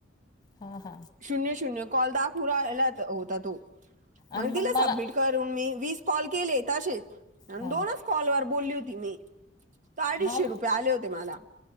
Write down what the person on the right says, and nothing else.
शून्य शून्य कॉलदा पुराला होता तो. मग
तिला
सबमिट करून मी वीस कॉल के. तशीच आणि
दोनच कॉल वर बोलली होती मी. तर अडीचशे
रुपये आले होते मला